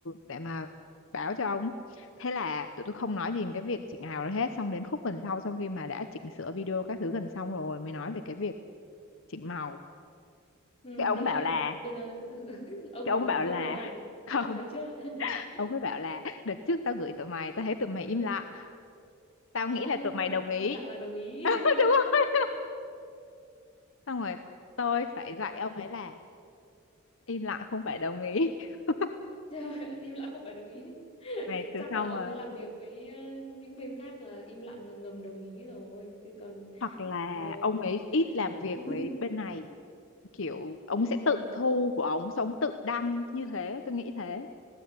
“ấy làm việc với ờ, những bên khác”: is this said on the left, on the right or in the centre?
Left